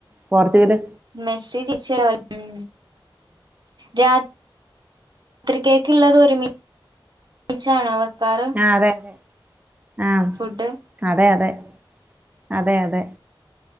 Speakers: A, on the right (about 20°); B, on the right (about 55°).
A: പോർച്ചുഗല്
B: മെസ്സി തിരിച്ച് വരും രാ ത്രിക്കേക്കുള്ളത് ഒരുമിച്ചാണോ വെക്കാറ്
A: അതെ അതെ ആഹ്
B: ഫുഡ്
A: അതെ അതെ അതെ അതെ